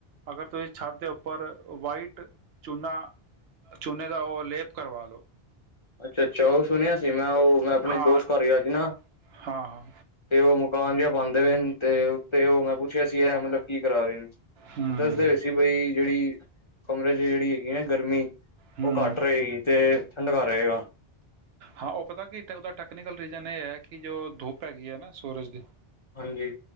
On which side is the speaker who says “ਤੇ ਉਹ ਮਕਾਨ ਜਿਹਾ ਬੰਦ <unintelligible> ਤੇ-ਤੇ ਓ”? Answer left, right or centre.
Left